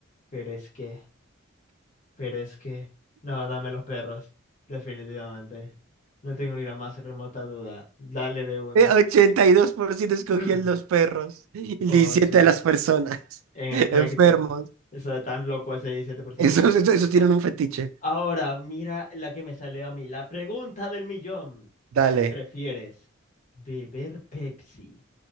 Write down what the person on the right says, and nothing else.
Eh, 82% escogían
los perros y 17
de las personas
<laughs> enfermos.
Esos, esos, esos tienen un fetiche.
Dale.